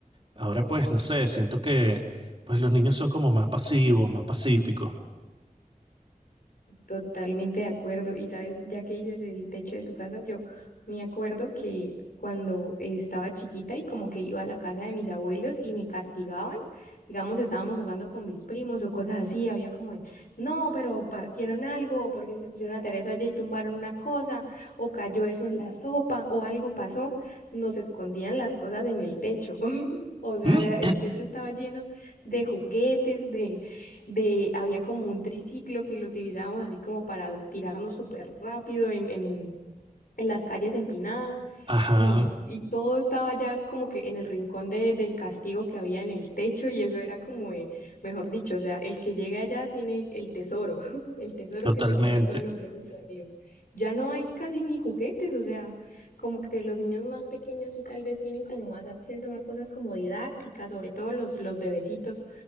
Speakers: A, on the right; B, on the left.
A: ahora pues, no sé, siento que pues los niños son como más pasivos, más pacíficos.
B: totalmente de acuerdo. Y sabes, ya que dices el techo de tu casa, yo me acuerdo que cuando estaba chiquita y como que iba a la casa de mis abuelos y me castigaban, digamos, estábamos jugando con mis primos o cosas así, había como, de, no, pero partieron algo, porque se pusieron a tarea eso allá y tumbaron una cosa, o cayó eso en la sopa, o algo pasó, nos escondían las cosas en el techo. <laughs> O sea,
A: Mm.
B: el techo estaba lleno de juguetes, de, había como un triciclo que lo utilizábamos así como para tirarnos súper rápido en, en, en las calles empinadas
A: Ajá,
B: y, y todo estaba ya como que en el rincón de, del castigo que había en el techo y eso era como de, mejor dicho, o sea, el que llegue allá tiene el tesoro, <laughs> el tesoro
A: totalmente.
B: que se quedó de todos los juguetes perdidos. Ya no hay casi ni juguetes, o sea, como que los niños más pequeños sí tal vez tienen como más acceso a cosas como didácticas, sobre todo los, los bebecitos